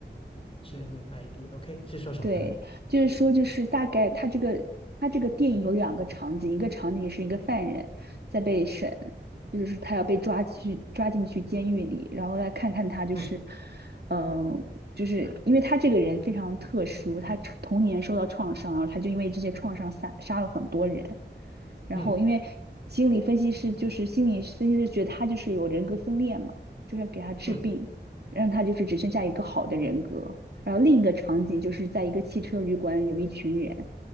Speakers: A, on the left; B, on the right.
A: 致命 ID，OK，是说什么的呢？
B: 对，就是说，就是大概他这个他这个电影有两个场景，一个场景是一个犯人在被审，就是他要被抓去抓进去监狱里，然后来看看他就是，
A: 嗯
B: 嗯、就是因为他这个人非常特殊，他童年受到创伤，然后他就因为这些创伤杀杀了很多人，然后因为心理分析师就是心理分析师觉得他就是有人格分裂嘛，
A: 嗯
B: 就是要给他治病，
A: 嗯
B: 让他就是只剩下一个好的人格。然后另一个场景就是在一个汽车旅馆，有一群人，